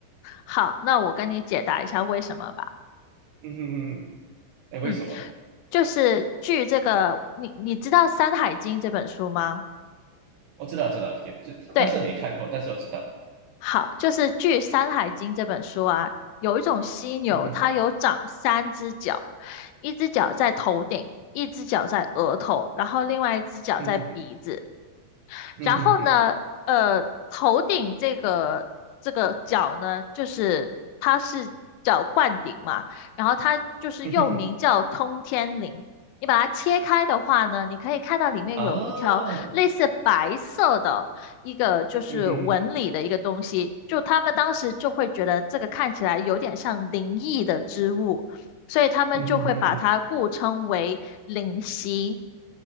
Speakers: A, on the left (about 85°); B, on the right (about 75°).
A: 好，那我跟你解答一下为什么吧。
B: 嗯哼哼，哎，为什么？
A: 嗯，就是据这个，你你知道《山海经》这本书吗？
B: 我知道，知道，就就，
A: 对，
B: 但是没看过，但是我知道。
A: 好，就是据《山海经》这本书啊，有一种犀牛，
B: 嗯哼，
A: 它有长三只脚，一只脚在头顶，一只脚在额头，然后另外一只脚在鼻子。
B: 嗯哼，嗯哼哼，
A: 然后呢，呃，头顶这个这个角呢，就是它是叫冠顶嘛，然后它就是又名叫通天翎。
B: 嗯哼哼，
A: 你把它切开的话呢，你可以看到里面有一条类似白色的一个就是纹理的一个东西，
B: 啊，嗯哼哼，
A: 就他们当时就会觉得这个看起来有点像灵异的织物。所以他们就会把它故称为灵犀。
B: 嗯哼哼，